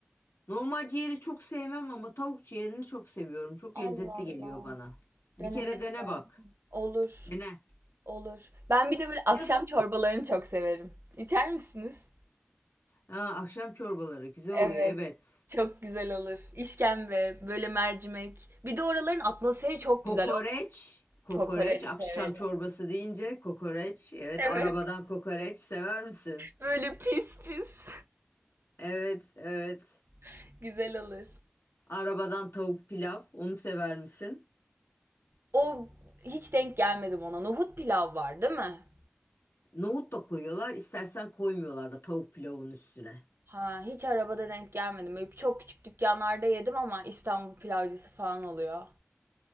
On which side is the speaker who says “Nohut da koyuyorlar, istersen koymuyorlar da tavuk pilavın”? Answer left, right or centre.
Left